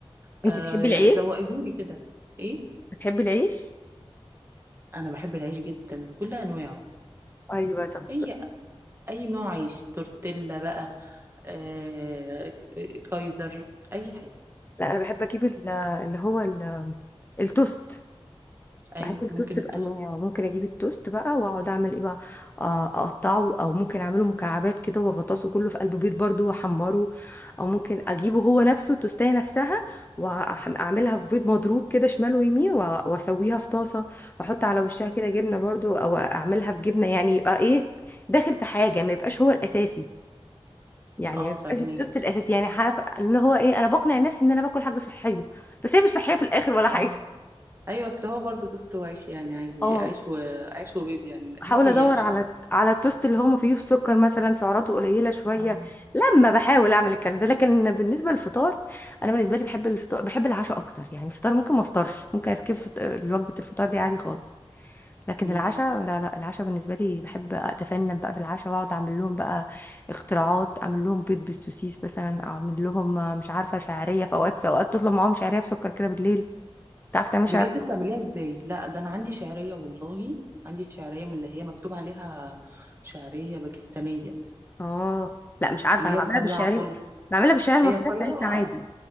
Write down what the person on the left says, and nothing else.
انت تحبي العيش
بتحبي العيش
ايوه طب
لا انا بحب اجيب ال- اللي هو ال- التوست
بحب التوست
بانواعه ممكن اجيب التوست بقى واقعد اعمل ايه بقى آه، اقطعه او ممكن اعمله مكعبات كده واغطسه كله في قلب بيض برضو واحمره او ممكن اجيبه هو نفسه التوستايه نفسها واعملها في بيض مضروب كده شمال ويمين وأ- واسويها في طاسه واحط على وشها كده جبنه برضو او اعملها في جبنه يعني يبقى ايه داخل في حاجه ما يبقاش هو الاساسي يعني
مبقاش
التوست الاساسي يعني عارفه ان هو ايه انا بقنع نفسي ان انا باكل حاجه صحيه بس هي مش صحيه في الاخر ولا حاجه
اه
بحاول
ادور
على على التوست اللي هو ما فيهوش سكر مثلا سعراته قليله شويه
لما بحاول اعمل الكلام ده لكن بالنسبه للفطار انا بالنسبه لي بحب الفطار بحب العشاء اكتر يعني الفطار ممكن ما افطرش ممكن اسكيب فط... وجبه الفطار دي عادي خالص لكن
العشاء لا لا العشاء بالنسبة لي بحب أتفنن بقى في العشاء وأقعد أعمل لهم بقى اختراعات أعمل لهم بيض بالسوسيس مثلا أعمل لهم آه، مش عارفة شعرية في أوقات في أوقات تطلب معاهم شعرية بسكر كده بالليل تعرف تعمل
شعرية
آه لا مش عارفة
أنا
بعملها
بالشعرية
بعملها بالشعرية المصرية
بتاعتنا عادي